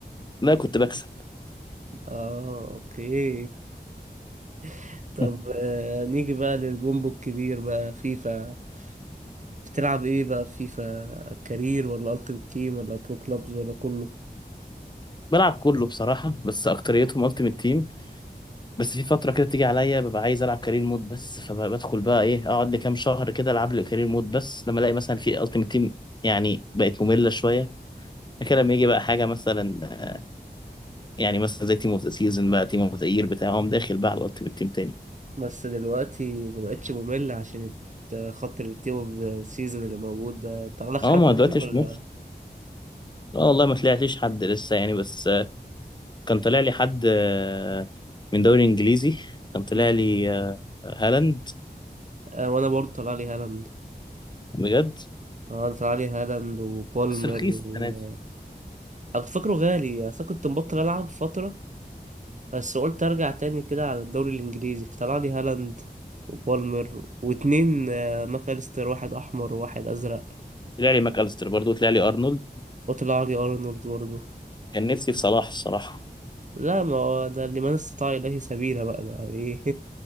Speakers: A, on the left; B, on the right.
A: لا كنت بكسب
B: اه اوكي <laughs> طب
A: <laughs>
B: آه، نيجي بقى للبومبو الكبير بقى فيفا بتلعب ايه بقى في فيفا كارير ولا التيمت تيم ولا برو كلوبز ولا كله
A: بلعب كله بصراحه بس اكتريتهم التيمت تيم بس في فترة كده تيجي عليا ببقى عايز ألعب كارير مود بس فبدخل بقى إيه أقعد لي كام شهر كده ألعب لي كارير مود بس لما ألاقي مثلا في ألتيمت تيم يعني بقت مملة شوية كده لما يجي بقى حاجة مثلا يعني مثلا زي تيم أوف ذا سيزون بقى تيم أوف ذا يير بتاع أقوم داخل بقى على الألتيمت تيم تاني
B: بس دلوقتي مبقتش ممل عشان الت- خاطر التيم اوف ذا سيزون اللي موجود ده طلع لك حد
A: أه ما دلوقتي
B: مين ولا
A: مش مخ أه والله ما طلعتليش حد لسه يعني بس آه، كان طالع لي حد آه، من دوري إنجليزي كان طالع
B: مم.
A: لي آه، هالاند
B: آه وانا برضه طلع لي هالاند
A: بجد
B: اه طلع لي هالاند وبولمر
A: بس رخيص السنة
B: و...
A: دي
B: أنا كنت فاكره غالي أصل أنا كنت مبطل ألعب فترة بس قلت ارجع تاني كده على الدوري الانجليزي فطلع لي هالاند وبالمر واتنين آه، ماكاليستر واحد احمر وواحد ازرق
A: طلع لي ماك أليستر برضه طلع لي أرنولد
B: وطلع لي ارنولد برضه
A: كان نفسي في صلاح الصراحة
B: لا ما هو ده اللي من استطاع اليه سبيلا بقى ده ايه